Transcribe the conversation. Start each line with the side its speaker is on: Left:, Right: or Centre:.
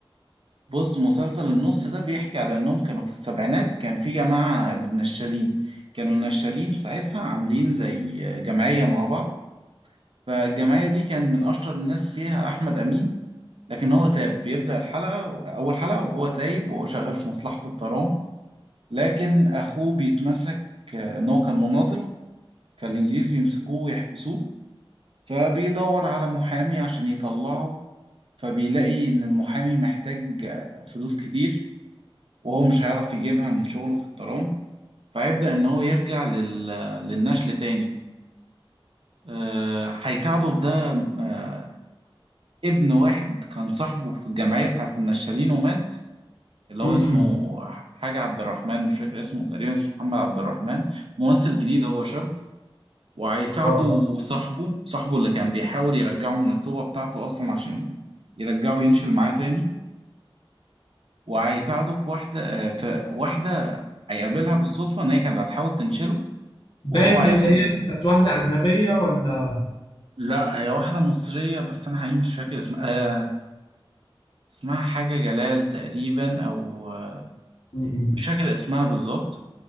Right: بص مسلسل النص ده بيحكي على انهم كانوا في السبعينات كان في جماعة للنشالين كانوا النشالين ساعتها عاملين زي جمعية مع بعض فالجمعية دي كان من اشطر الناس فيها احمد امين لكن هو تاب بيبدأ الحلقة اول حلقة وهو تايب وهو شغال في مصلحة الترام لكن اخوه بيتمسك آه، ان هو كان مناضل فالإنجليز بيمسكوه ويحبسوه فبيدور على محامي عشان يطلعه فبيلاقي إن المحامي محتاج آه، فلوس كتير وهو مش هيعرف يجيبها من شغله في الترام فيبدأ إن هو يرجع لل... للنشل تاني آه، هيساعده في ده آه، ابن واحد كان صاحبه في الجمعية بتاعت النشالين ومات اللي
Left: امم
Right: هو اسمه حاجة عبد الرحمن مش فاكر اسمه تقريبا اسمه محمد عبد الرحمن ممثل جديد هو شاب وهيساعده
Left: اه آه.
Right: صاحبه صاحبه اللي كان بيحاول يرجعه من الطوبة بتاعته أصلا عشان يرجعه ينشل معاه تاني وهيساعده في واحدة آه، في واحدة هيقابلها بالصدفة إن هي كانت هتحاول تنشله
Left: باين
Right: وهو هياخد
Left: اللي هي كانت واحدة أجنبية ولا
Right: لا هي واحدة مصرية بس أنا حقيقي مش فاكر اسمها آه اسمها حاجة جلال تقريبا أو آه،
Left: امم
Right: مش فاكر اسمها بالظبط